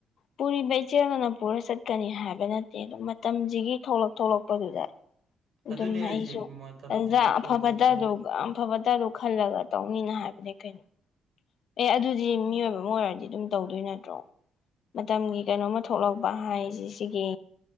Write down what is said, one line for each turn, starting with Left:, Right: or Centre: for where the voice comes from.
Left: ꯄꯨꯔꯤꯕ ꯏꯆꯦꯜꯅꯅ ꯄꯨꯔ ꯆꯠꯀꯅꯤ ꯍꯥꯏꯕ ꯅꯠꯇꯦ ꯑꯗꯨꯝ ꯃꯇꯝꯁꯤꯒꯤ ꯊꯣꯛꯂꯛ ꯊꯣꯛꯂꯛꯄꯗꯨꯗ ꯑꯗꯨꯝ
Right: ꯑꯗꯨꯅꯤ ꯍꯥꯏꯁꯦ
Left: ꯑꯩꯁꯨ
Right: ꯃꯇꯝꯁꯤꯒꯤ
Left: ꯑꯗꯨꯗ
Right: ꯊꯣꯛꯂꯛ
Left: ꯑꯐꯕꯗ
Right: ꯊꯣꯛꯄ
Left: ꯑꯗꯨ ꯑꯐꯕ ꯇꯔꯨꯛ ꯈꯜꯂꯒ ꯇꯧꯅꯤꯅ ꯍꯥꯏꯕꯅꯦ ꯀꯩꯅꯣ ꯑꯦ ꯑꯗꯨꯗꯤ ꯃꯤꯑꯣꯏꯕ ꯑꯃ ꯑꯣꯏꯔꯗꯤ ꯑꯗꯨꯝ ꯇꯧꯗꯣꯏ ꯅꯠꯇ꯭ꯔꯣ ꯃꯇꯝꯒꯤ ꯀꯩꯅꯣꯝꯃ ꯊꯣꯛꯂꯛꯄ ꯍꯥꯏꯁꯤ ꯁꯤꯒꯤ